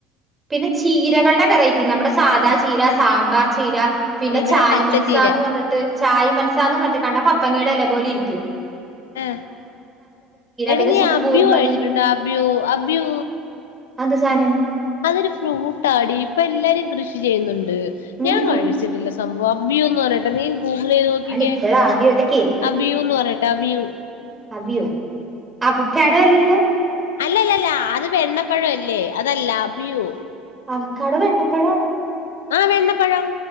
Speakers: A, on the right (about 15°); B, on the left (about 70°).
A: പിന്നെ ചീരകള്ടെ വെറൈറ്റി നമ്മടെ സാദാ ചീര സാമ്പാർ ചീര പിന്നെ
B: ഇവിടെ
A: ചായ്
B: പച്ചച്ചീര
A: മൻസാന്ന് പറഞ്ഞിട്ട് ചായ് മനസാന്ന് പറഞ്ഞിട്ട് കണ്ടാപ പങ്ങടെ എല പോലെരിക്കും
B: ഏ എടാ
A: പിന്നെ
B: നീ
A: സുക്കൂർമണി
B: അബ്യു കഴിച്ചിട്ടുണ്ടോ അബ്യു അബ്യൂ
A: അതെന്ത്‌ സാനം
B: അതൊരു ഫ്രൂട്ടാടി ഇപ്പൊ എല്ലാരും കൃഷി ചെയ്യുന്നുണ് ണ്ട്
A: ഉം
B: ഞാൻ കഴിച്ചിട്ടില്ല
A: ഉം
B: സ് സംഭവം അബ്യുന്ന് പറണ നീ ഗൂഗിളയ്ത് നോക്കിക്കേ
A: ഞാനിപ്പഴാ ആദ്യായിട്ട്
B: അബ്യുന്ന് പറയട്ടെ അബ്യു
A: അത്യോ അവക്കാഡോല്ലല്ലോ
B: അല്ലല്ലല്ല അത് വെണ്ണപ്പഴ അല്ലേ അതല്ല അഭിയു
A: അവക്കാഡോ വെണ്ണപ്പഴാണോ
B: ആഹ് വെണ്ണപ്പഴം